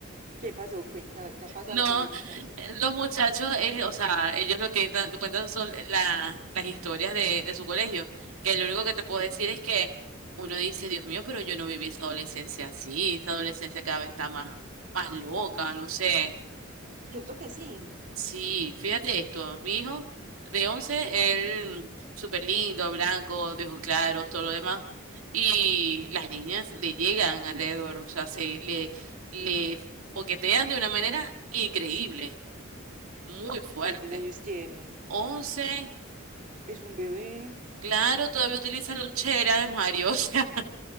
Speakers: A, on the right; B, on the right.
A: ¿qué pasó? Cuente, a ver, ¿qué ha pasado
B: No,
A: con los muchachos?
B: eh, los muchachos, eh, o sea, ellos lo que dan- lo cuentan son la- las historias de, de su colegio, que lo único que te puedo decir es que uno dice, Dios mío, pero yo no viví esa adolescencia así, esa adolescencia cada vez está más, más loca, no sé.
A: Cierto que sí.
B: Sí, fíjate esto, mi hijo de 11 él súper lindo, blanco, de ojos claros, todo lo demás, y las niñas le llegan alrededor, o sea, se le, le coquetean de una manera increíble. Muy fuerte.
A: ¿Cuántos años tiene?
B: once
A: ¿Es un bebé?
B: Claro, todavía utiliza lonchera de Mario, o sea,